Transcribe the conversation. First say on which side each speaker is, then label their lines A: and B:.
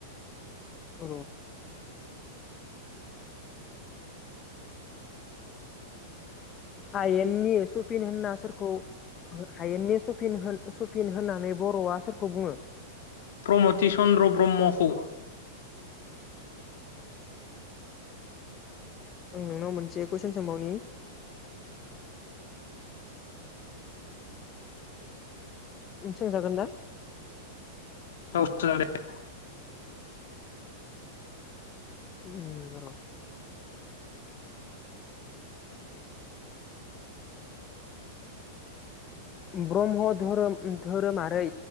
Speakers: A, on the left; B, on the left.
A: औ। हायेननि सुफिन होनना सारखौ हायेननि सफिन होन सफिन होननानै बर'आ सोरखौ बुङो?
B: प्रमति चन्द्र ब्रह्मखौ।
A: <inaudible> आं नोंनाव मोनसे कुइसन सोंबावनि? सोंजागोन ना?
B: औ सोजागोन दे।
A: उम उम र। ब्रह्म धोरोम धोरोमारै